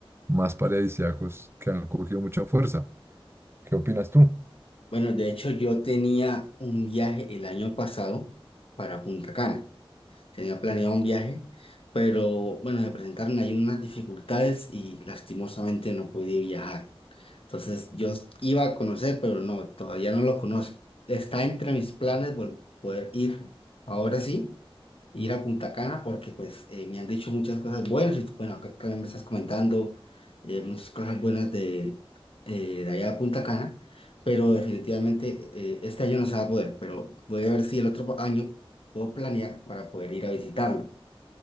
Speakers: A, on the right (about 25°); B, on the left (about 70°).
A: más paradisíacos que han cogido mucha fuerza. ¿Qué opinas tú?
B: Bueno, de hecho yo tenía un viaje el año pasado para Punta Cana. Tenía planeado un viaje, pero bueno, se presentaron ahí unas dificultades y lastimosamente no pude viajar. Entonces yo iba a conocer, pero no, todavía no lo conozco. Está entre mis planes vol- poder ir ahora sí ir a Punta Cana porque pues eh, me han dicho muchas cosas buenas y tú, bueno, acá también me estás comentando eh, muchas cosas buenas de, eh, de allá a Punta Cana, pero definitivamente eh, este año no se va a poder, pero voy a ver si el otro año puedo planear para poder ir a visitarlo.